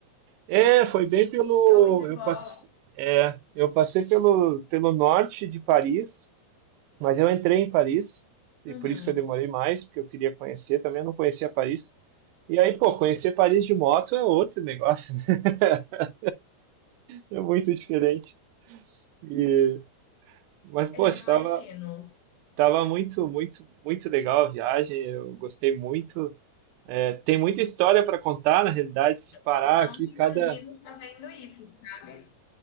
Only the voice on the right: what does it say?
É, foi bem pelo.
Eu
passei, é, eu passei pelo, pelo norte de Paris mas eu entrei em Paris, e
por isso que eu demorei mais, porque eu queria conhecer também, eu não conhecia Paris. E aí, pô, conhecer Paris de moto é outro negócio, né? <laughs> É muito diferente. E, mas, pô,
estava
estava muito, muito, muito legal a viagem, eu gostei muito. É, tem muita história para contar, na realidade, se parar
aqui,
cada.